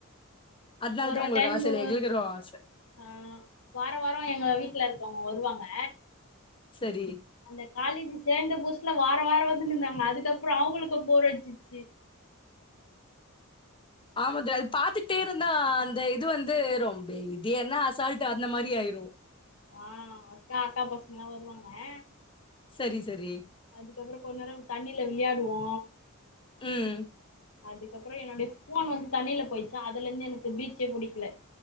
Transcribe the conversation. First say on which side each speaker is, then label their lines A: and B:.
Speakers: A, on the left; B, on the left.
A: அதனால
B: ஒரு
A: தா
B: ஒர்
A: உங்களுக்கு
B: டைம்பு
A: ஆச இல்ல எங்களுக்கு ஆச
B: ஆ வார வாரோ எங்க வீட்ல இருக்கவங்க வருவாங்க
A: சரி
B: அந்த காலேஜீ சேர்ந்த புதுசுல வார வாரோ வந்துன்ந்தாங்க அதுக்கப்புறோ அவுங்களுக்கு போர்ரடிச்சிச்சு
A: ஆமா த அது பாத்துட்டே இருந்தா அந்த இது வந்து ரொம்ப இது என்ன அசால்ட் அந்த மாரி ஆயிரு
B: ஆ அக்கா அக்கா பசங்கல்லா வருவாங்க ஆ
A: சரி சரி
B: அதுக்கப்புற கொண் நேரோ தண்ணில விளையாடுவோ
A: ம்.
B: அது கப்புறோ என்னோடைய போன் வந்து தண்ணில போயிச்சா அதுலந்து எனக்கு பீச்சே புடிக்கில